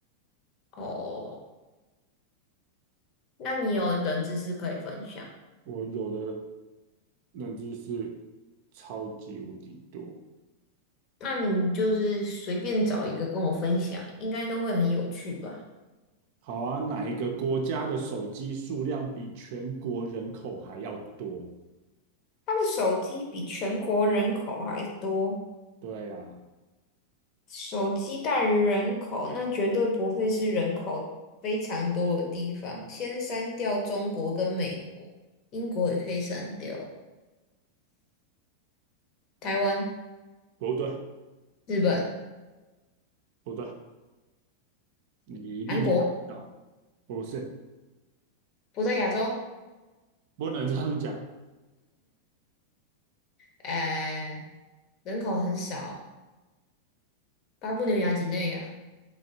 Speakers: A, on the left (about 40°); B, on the right (about 50°).
A: 哦。那你有冷知识可以分享？
B: 我有的认知是超级无敌多。
A: 那你就是随便找一个跟我分享，应该都会很有趣吧？
B: 好啊，哪一个国家的手机数量比全国人口还要多？
A: 他的手机比全国人口还多，
B: 对呀、
A: 手机大于人口，那绝对不会是人口非常多的地方。先删掉中国跟美国，英国也可以删掉，台湾、
B: 不对，
A: 日本、
B: 不对，你一定想不到，
A: 韩国
B: 不是，
A: 不在亚洲，
B: 不能这样讲。<laughs>
A: 呃，人口很少，巴布纽亚几内亚，